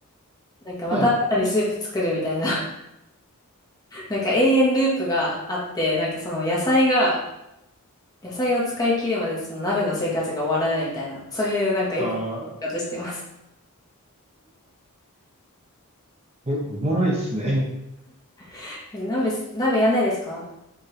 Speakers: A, on the left; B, on the right.
A: なんかまた新たにスープ作るみたいな、
B: はい。
A: <laughs> なんか永遠ループがあって、なんかその野菜が、野菜を使い切るまでその鍋の生活が終わらないみたいな、そういうなんかよく生活してます。
B: ああ、<laughs> おおもろいっすね。
A: <laughs> え、鍋す、鍋やんないですか